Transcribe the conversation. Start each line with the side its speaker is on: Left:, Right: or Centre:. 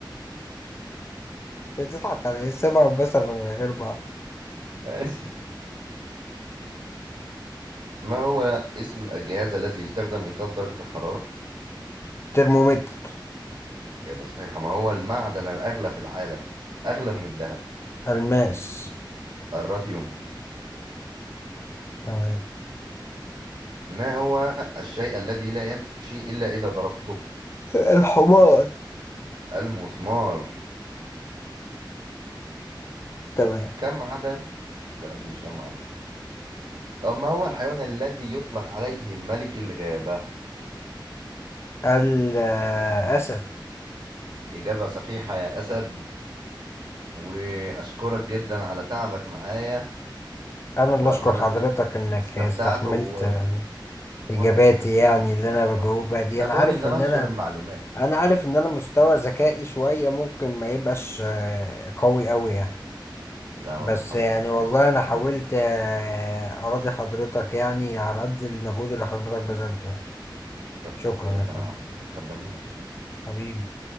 Left: انت بتضحك على ايه السمع والبصر غير بعض
Right: ماشي ما هو اسم الجهاز الذي يستخدم لقياس درجة الحرارة؟
Left: ترمومتر
Right: إجابة صحيحة ما هو المعدن الأغلى في العالم أغلى من الذهب
Left: الماس
Right: الراديوم
Left: تمام
Right: ما هو الشيء الذي لا يمشي إلا إذا ضربته
Left: الحمار
Right: المسمار
Left: تمام
Right: كم عدد لا دي مش كم عدد أه، ما هو الحيوان الذي يطلق عليه ملك الغابة
Left: الأسد
Right: إجابة صحيحة يا أسد وأشكرك جدا على تعبك معايا
Left: أنا اللي
Right: وأتمنى
Left: أشكر حضرتك
Right: أكون است-
Left: إنك
Right: استمتعت
Left: استحملت
Right: و...
Left: إجاباتي
Right: ولا يهمك
Left: يعني اللي أنا
Right: ولا
Left: بجاوبها
Right: يعني
Left: دي
Right: ده
Left: أنا
Right: دوري
Left: عارف
Right: ان انا
Left: إن
Right: انشر
Left: أنا
Right: المعلومات
Left: أنا عارف إن أنا مستوى ذكائي شوية ممكن ما يبقاش آه، قوي أوي يعني
Right: لا والله
Left: بس
Right: حضرتك
Left: يعني والله
Right: يعني
Left: انا حاولت
Right: جميل
Left: آه، اراضي حضرتك يعني على قد المجهود اللي حضرتك بذلته يعني
Right: كتر
Left: شكرا
Right: خيرك
Left: يا فندم
Right: انا احنا خدامينك يا فندم
Left: حبيبي